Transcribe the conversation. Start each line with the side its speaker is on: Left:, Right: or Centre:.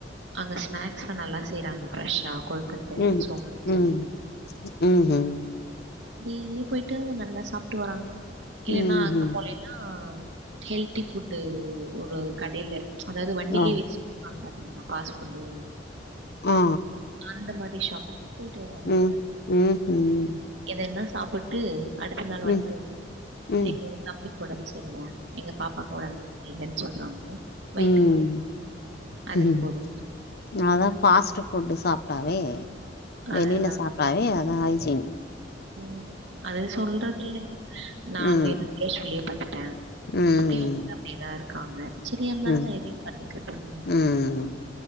Right: அங்க ஸ்நாக்ஸ்ல்லா நல்லா செய்றாங்க ஃப்ரெஷ்ஷா கொழுக்க ட்ட
Left: ம்
Right: சோ மாஸ்
Left: ம்
Right: அந்த மாரி
Left: ம்ஹும்
Right: டெய்லி போயிட்டு நல்லா சாப்ட்டு வர்றாங்க இல்லன்னா
Left: ம்ஹும்
Right: அங்க போலே னா ஹெல்தி ஃபுட்டு ஒரு கடைல அதாவது வண்டிலேயே
Left: ஆ
Right: வச்சு வாங்காதிங்னா ஃபாஸ்ட் ஃபுட்டு
Left: ஆ
Right: அந்த மாரி ஷாப் போயிட்டு வருவாங்கங்க
Left: ம் ம்ஹும்
Right: எதன்னா சாப்பிட்டு அடுத்த நாள்
Left: ம்
Right: வந்ட்டு
Left: ம்
Right: எங்களு தம்பிக்கு ஒடம் செரியில்ல எங்க பாப்பாக்கு ஒடம்பு இல்லன்னு சொல்றாங்க வயிற்றுக்கு
Left: ம்
Right: போ அதுக்கு
Left: ம்
Right: போது
Left: அதா ஃபாஸ்ட்டு ஃபுட்டு் சாப்ட்டாவே வெளில
Right: அதுதான்
Left: சாப்ட்டாவே அதா ஹைஜீனி
Right: ம் அது சொல்றதில்லங்க நானு
Left: ம்
Right: எது <unintelligible> சொல்லி பாத்துட்ட
Left: ம்
Right: அப்டி யேதா இருக்காங்க சரி எந்தாலு
Left: ம்
Right: நா எதையு கண்டுக்கற்தில்
Left: ம்